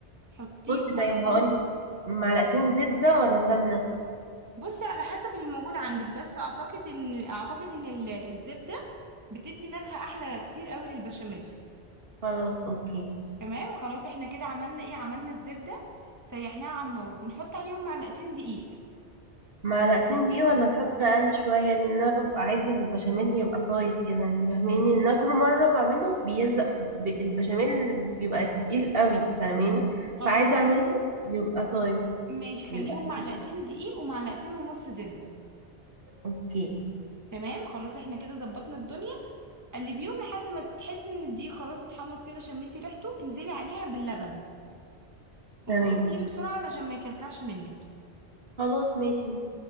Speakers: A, on the right; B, on the right.
A: حطيهم
B: بصي طيب
A: على
B: هقولك
A: ال-
B: معلقتين زبدة ولا سمنة
A: بصي على حسب اللي موجود عندك بس اعتقد ان اعتقد ان ال- الزبدة بتدي نكهة احلى كتير قوي للبشاميل
B: خلاص اوكي
A: تمام خلاص احنا كده عملنا ايه عملنا الزبدة سيحناها على النار بنحط عليهم معلقتين دقيق
B: معلقتين دي ولا نحط اقل شويه لان انا ببقى عايزه البشاميل يبقى صايص كده انت فاهماني ان انا كل مره بعمله بيلزق في ب- البشاميل بيبقى تقيل قوي فاهماني
A: خلاص
B: فعايزه
A: خليهم
B: اعمله يبقى صايص
A: ماشي خليهم
B: يبقى
A: معلقتين
B: حلو.
A: دقيق ومعلقتين ونص زبدة
B: اوكي
A: تمام خلاص احنا كده ظبطنا الدنيا قلبيهم لحد ما تحس ان الدقيق خلاص اتحمص كده شميتي ريحته انزلي عليها باللبن وابدأي
B: تمام
A: قلبي بسرعة علشان ما يكلكعش منك
B: خلاص ماشي